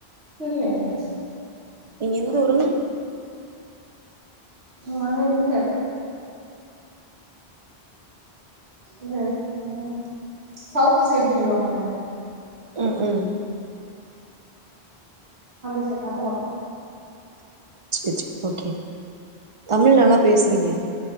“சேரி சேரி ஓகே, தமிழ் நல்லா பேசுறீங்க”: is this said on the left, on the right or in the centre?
Right